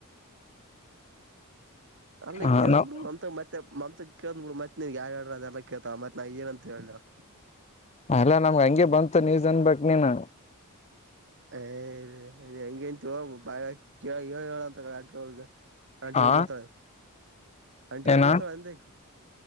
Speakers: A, on the right; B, on the left.
A: ಅಲ್ಲ
B: ಹ
A: ಕೇಳ್ತೀನಿ
B: ನಾವ್
A: ಬಿಡು ಅಂತ ಮತ್ತೆ ಮತ್ತೆ <unintelligible> ಕೇಳ್ ಬಿಡು ಮತ್ <unintelligible> ಅದೆಲ್ಲ ಕೇಳ್ತ ಮತ್ ನಾ ಏನಂತ ಹೇಳಲೀ ಹೇಳ್
B: ಅಲ್ಲಾ ನಮ್ಗೆ ಹಂಗೆ ಬಂತು ನೀವುಜನ್ ಬಟ್ ನೀನು
A: <unintelligible> ಹೆಂಗೇಂತ ಹೋಗ ಬಾಯಾಗ ಹೇಳ ಹೇಳಂತ ನಾಟ್ಕ ಅವ್ಳದು ಆಂಟಿಗೋ
B: ಆ
A: ಬುಡ್ತಾಳೆ ಆಂಟಿಕೊ
B: ಏನ
A: ಬುಡ್ತಳೆ ಅಂದೆ ಆಕ್